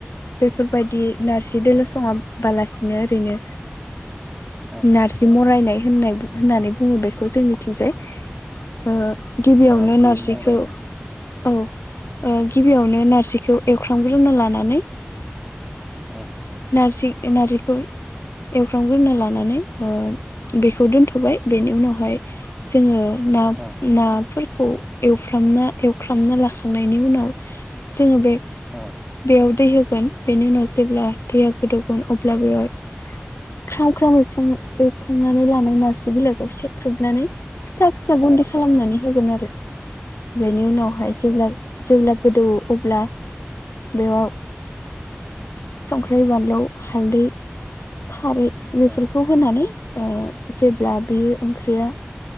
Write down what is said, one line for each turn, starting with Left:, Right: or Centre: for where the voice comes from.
Left: बेफोरबायदि नारजि दोलो संआम बालासिनो ओरैनो।
Centre: औ
Left: नारजि मरायनाय। होननाय होननानै बुङो बेखौ जोंनि थिंजाय ओ गिबियावनो
Centre: नारजि
Left: नारजिखौ
Centre: मरायनाय
Left: औ। ओ गिबियावनो नारजिखौ एवख्रामग्रोनो लानानै
Centre: औ।
Left: नारजि नारजिखौ एवफ्रामग्रोना लानानै ओ बेखौ दोनथ'बाय बेनि उनावहाय जोङो ना
Centre: औ
Left: नाफोर खौ एवफ्रामना एवफ्रामना लाखांनायनि उनाव जोङो बे
Centre: औ
Left: बेयाव दै होगोन बेनि उनाव जेब्ला थैया गोदौगोन अब्ला बेहाय ख्राम ख्राम एवफ्राम एव एवनानै लानाय नारजि बिलाइखौ सेख्रबनानै फिसा फिसा गुनदै खालामनानै
Centre: औ
Left: होगोन आरो। बेनि उनावहाय
Centre: औ
Left: जेब्ला जेब्ला गोदौ अब्ला बेयाव संखि बानलु हालदै खारै बेफोरखौ
Centre: औ
Left: होनानै ओ जेब्ला बे ओंख्रिया